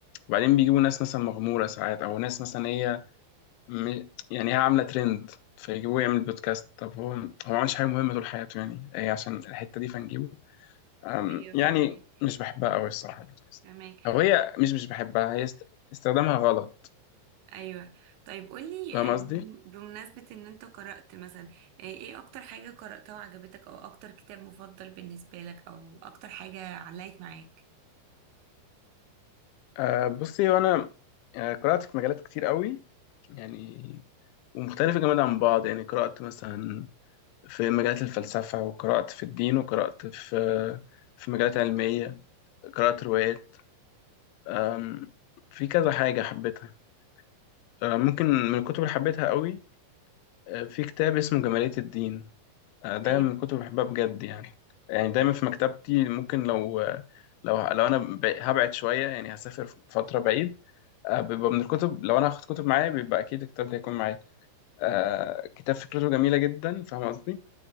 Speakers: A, on the left; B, on the right.
A: وبعدين بيجيبوا ناس مثلا مغموره ساعات او ناس مثلا هي م- يعني هي عامله ترند فيجيبوه يعمل بودكاست طب هو هو ما عملش حاجه مهمه طول حياته يعني هي عشان الحته دي فنجيبه أم،
B: أيوة،
A: يعني
B: فاهمك
A: مش بحبها قوي الصراحه البودكاست
B: فاهمك
A: او هي مش مش بحبها هي است- استخدامها غلط
B: ايوه طيب قولي
A: فاهم
B: آه،
A: قصدي
B: بمناسبة ان انت قرأت مثلا آه، ايه اكتر حاجة قرأتها وعجبتك او اكتر كتاب مفضل بالنسبة لك او اكتر حاجة علقت معاك
A: أه بصي وانا آه، قرات في مجالات كتير قوي يعني ومختلفه جامد عن بعض يعني قرات مثلا في مجالات الفلسفه وقرات في الدين وقرات في في مجالات علميه قرات روايات أم، في كذا حاجه حبيتها آه، ممكن من الكتب اللي حبيتها قوي آه، في كتاب اسمه جمالية الدين آه، ده
B: ايوه
A: من الكتب اللي بحبها بجد يعني يعني دايما في مكتبتي ممكن لو آه، لو لو انا ب- هبعد شوية يعني هسافر فترة بعيد آه، بيبقى من الكتب لو انا هاخد كتب معايا بيبقى اكيد الكتاب ده هيكون معايا آه، كتاب فكرته جميلة جدا فاهم قصدي